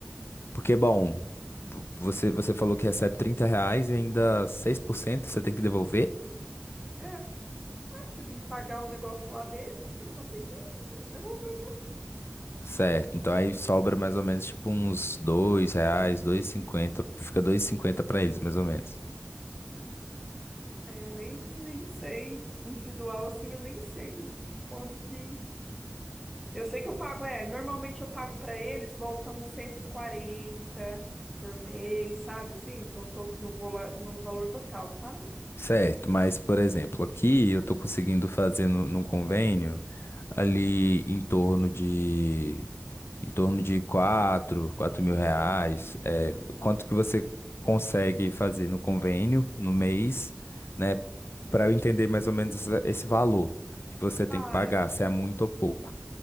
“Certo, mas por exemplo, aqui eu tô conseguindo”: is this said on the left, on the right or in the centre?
Left